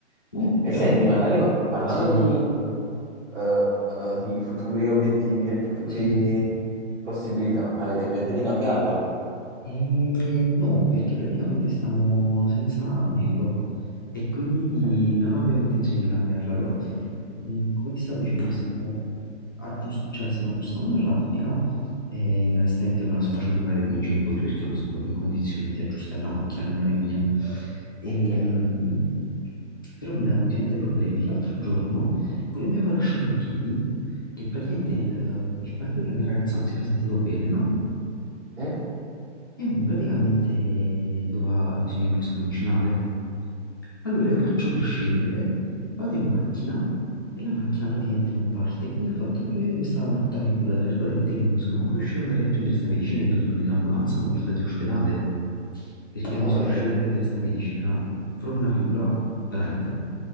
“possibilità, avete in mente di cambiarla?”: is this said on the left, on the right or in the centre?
Right